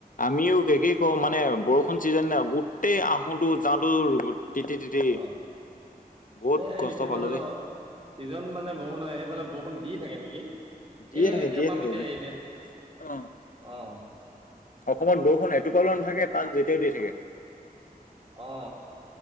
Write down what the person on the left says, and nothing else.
আমিও কি কওঁ মানে বৰষুণ যে ন গোটেই আহোতো যাওঁটো <unintelligible>
বহুত
কষ্ট
পালো
দেই
দিয়ে
থাকে
দিয়ে
থাকে
যে
অ
অসমত বৰষুণ এটোপালো নাথাকে তাত যেতিয়াও দি থাকে